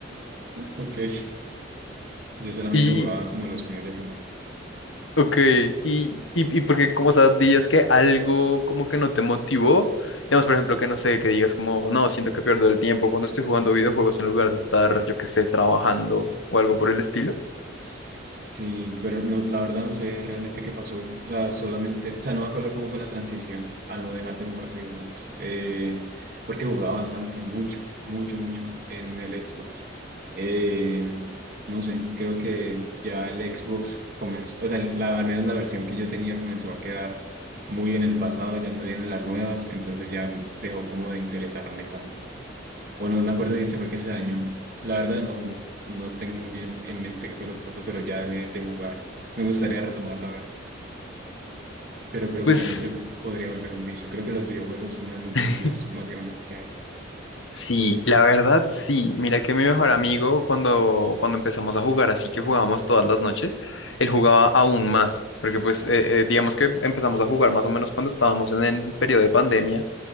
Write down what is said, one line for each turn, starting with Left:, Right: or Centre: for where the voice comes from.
Right: ok. <laughs> Yo solamente
Left: Y
Right: jugaba como los fines de semana.
Left: Ok, y, y, y porque como, o sea, dirías que algo como que no te motivó, digamos, por ejemplo, que no sé, que digas como, no, siento que pierdo el tiempo cuando estoy jugando videojuegos en lugar de estar, yo qué sé, trabajando o algo por el estilo.
Right: Sí, pero no, la verdad no sé realmente qué pasó. O sea, solamente, o sea, no me acuerdo cómo fue la transición a no dejar de jugar videojuegos. Eh, porque jugaba bastante, mucho, mucho, mucho en el Xbox. Eh, no sé, creo que ya el Xbox comenzó, o sea, la- al menos la versión que yo tenía comenzó a quedar muy en el pasado, ya salieron las nuevas, entonces ya dejó como de interesarme tanto. O no me acuerdo si se fue que se dañó. La verdad no, no tengo muy bien en mente qué fue lo que pasó, pero ya dejé de jugar. Me gustaría retomar, la verdad. Pero creo
Left: Pues
Right: que también se podría volver un vicio. Creo que los videojuegos son uno de los
Left: <laughs>
Right: vicios más grandes que hay
Left: sí, la verdad sí. Mira que mi mejor amigo cuando, cuando empezamos a jugar, así que jugábamos todas las noches, él jugaba aún más, porque pues eh, eh, digamos que empezamos a jugar más o menos cuando estábamos en el periodo de pandemia.